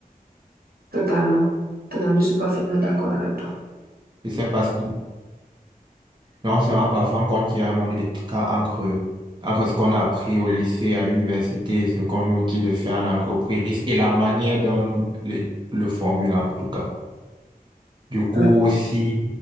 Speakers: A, on the right; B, on the right.
A: Totalement. Totalement. Je suis parfaitement d'accord avec toi.
B: Je sais pas si, mais on se rend parfois compte qu'il y a un monde d'écart entre, entre ce qu'on a appris au lycée, à l'université, ce qu'on nous dit de faire en entreprise et la manière dont nous le, le formulons, en tout cas. Du coup,
A: Ouais.
B: si,